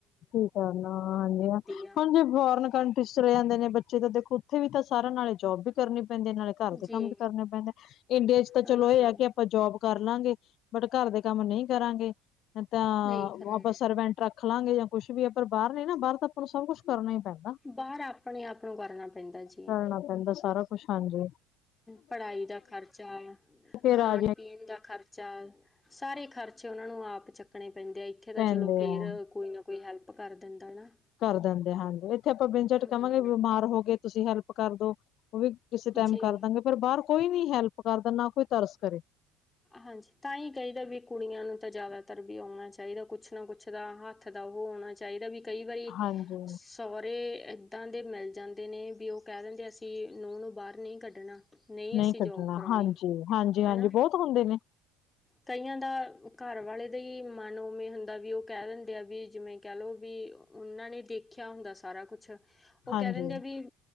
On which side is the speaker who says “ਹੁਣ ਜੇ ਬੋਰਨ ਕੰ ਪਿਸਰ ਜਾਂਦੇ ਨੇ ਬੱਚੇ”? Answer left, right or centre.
Left